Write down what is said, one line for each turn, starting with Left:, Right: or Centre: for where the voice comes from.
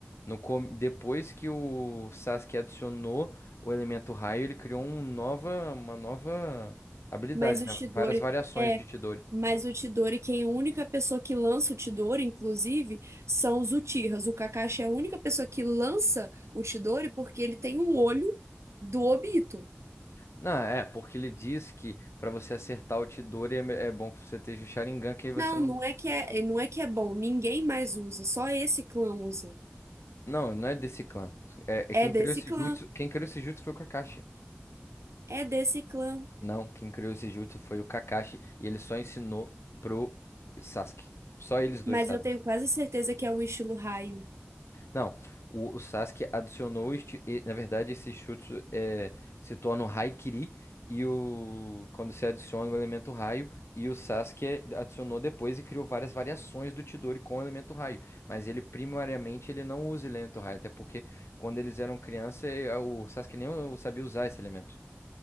Left: no, com- depois que o Sasuke adicionou o elemento raio, ele criou um nova, uma nova habilidade,
Right: Mas o
Left: né?
Right: Chidori
Left: Várias variações
Right: é,
Left: de Tidori.
Right: mas o Chidori, quem é a única pessoa que lança o Chidori, inclusive, são os Uchihas. O Kakashi é a única pessoa que lança o Chidori porque ele tem um olho do Obito.
Left: Não, é, porque ele diz que para você acertar o Tidori é, me- é bom que você esteja o Sharingan, que aí você
Right: Não,
Left: não.
Right: não é que é, não é que é bom, ninguém mais usa, só esse clã usa.
Left: Não, não é desse clã. É, é
Right: É
Left: quem
Right: desse
Left: criou esse
Right: clã,
Left: jutsu, quem criou esse jutsu foi o Kakashi.
Right: é desse clã,
Left: Não, quem criou esse jutsu foi o Kakashi e ele só ensinou pro Sasuke. Só eles dois
Right: mas
Left: sabem.
Right: eu tenho quase certeza que é um estilo raio.
Left: Não, o, o Sasuke adicionou este, e, na verdade esse jutsu é, se torna o Haikiri e o quando se adiciona o elemento raio e o Sasuke adicionou depois e criou várias variações do Chidori com o elemento raio, mas ele primariamente ele não usa elemento raio, até porque quando eles eram criança eh, o Sasuke nem sabia usar esse elemento.